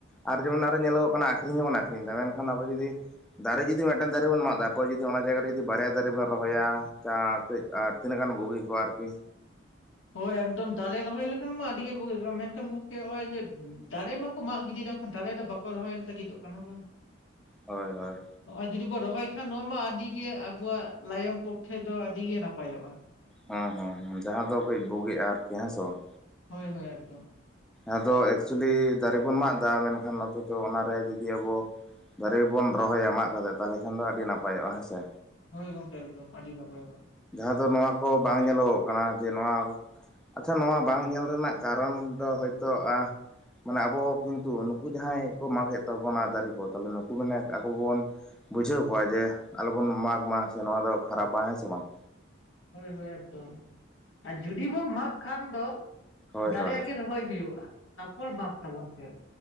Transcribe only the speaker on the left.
ᱦᱳᱭ ᱮᱠᱫᱚᱢ ᱫᱟᱨᱮ ᱨᱚᱦᱚᱭ ᱞᱮᱠᱷᱟᱱ ᱢᱟ ᱟᱹᱰᱤ ᱜᱮ ᱵᱩᱜᱤᱜ ᱠᱟᱱ ᱢᱮᱱᱠᱷᱟᱱ ᱜᱚᱢᱠᱮ ᱱᱚᱜᱼᱚᱭ ᱡᱮ ᱫᱟᱨᱮ ᱢᱟ ᱠᱚ ᱢᱟᱜ ᱜᱤᱰᱤᱭ ᱫᱟ ᱮᱠᱷᱟᱱ ᱫᱟᱨᱮ ᱫᱚ ᱵᱟᱠᱚ ᱨᱚᱦᱚᱭ ᱞᱟᱹᱜᱤᱫᱚᱜ ᱠᱟᱱᱟ ᱵᱟᱝ
ᱱᱚᱜᱼᱚᱭ ᱡᱩᱫᱤ ᱵᱚ ᱨᱚᱦᱚᱭ ᱠᱷᱟᱱ ᱱᱚᱣᱟ ᱢᱟ ᱟᱹᱰᱤ ᱜᱮ ᱟᱵᱚᱣᱟᱜ ᱞᱟᱭᱚᱝ ᱯᱚᱠᱠᱷᱮ ᱫᱚ ᱟᱹᱰᱤ ᱜᱮ ᱱᱟᱯᱟᱭᱚᱜᱼᱟ
ᱦᱳᱭ ᱦᱳᱭ ᱮᱠᱫᱚᱢ
ᱦᱳᱭ ᱜᱚᱝᱠᱮ ᱮᱠᱫᱚᱢ ᱟᱹᱰᱤ ᱱᱟᱯᱟᱭᱚᱜ-ᱟ
ᱦᱳᱭ ᱦᱳᱭ ᱮᱠᱫᱚᱢ ᱟᱨ ᱡᱩᱫᱤ ᱵᱚᱱ ᱢᱟᱠᱷ ᱠᱷᱟᱱ ᱫᱚ
ᱫᱟᱨᱮ
ᱟᱜᱮ ᱨᱚᱦᱚᱭ ᱦᱩᱭᱩᱜᱼᱟ ᱛᱟᱯᱚᱨ ᱢᱟᱠᱷ ᱛᱟᱵᱚᱱ ᱯᱮ